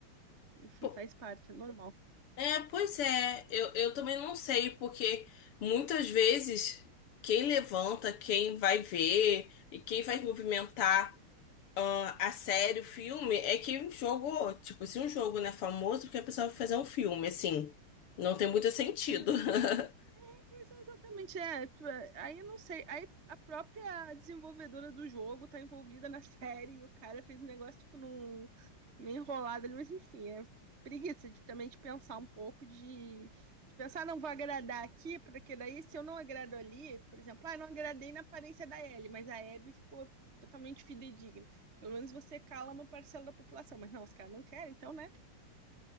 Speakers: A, on the right; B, on the left.
A: Enfim,
B: Po-
A: faz parte, é normal.
B: É, pois é, eu, eu também não sei, porque muitas vezes quem levanta, quem vai ver e quem vai movimentar ah, a série, o filme, é que um jogo, tipo, se um jogo não é famoso, porque a pessoa vai fazer um filme, assim, não tem muito sentido.
A: <laughs>
B: <laughs>
A: Pois é, exatamente, é. tipo, é, Aí eu não sei. Aí a própria desenvolvedora do jogo tá envolvida na <laughs> série e o cara fez um negócio, tipo, num... meio enrolado ali, mas enfim, é preguiça de também de pensar um pouco, de, de pensar, "Ah, não vou agradar aqui, porque daí se eu não agrado ali, por exemplo, ah, não agradei na aparência da Ellie, mas a Abby ficou totalmente fidedigna. Pelo menos você cala uma parcela da população, mas não, os caras não querem, então, né?